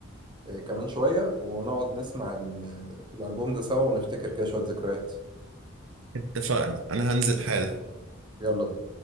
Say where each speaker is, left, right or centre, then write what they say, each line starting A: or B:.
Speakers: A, on the right; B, on the right.
A: إيه، كمان شوية ونقعد نسمع ال... الألبوم ده سوا ونفتكر كده شوية ذكريات
B: اتفقنا أنا هنزل حالا
A: يلا بينا